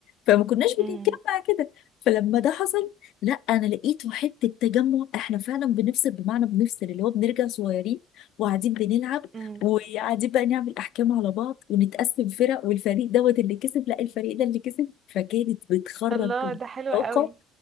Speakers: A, on the left; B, on the right.
A: فما كناش بنتجمع
B: امم
A: كده فلما ده حصل لا انا لقيته حتة تجمع احنا فعلا بنفصل بمعنى بنفصل اللي هو بنرجع صغيرين وقاعدين بنلعب
B: امم
A: وقاعدين بقى نعمل احكام على بعض ونتقسم فرق والفريق دوت اللي كسب لا الفريق ده اللي كسب فكانت بتخرج
B: الله ده حلو
A: طاقة
B: قوي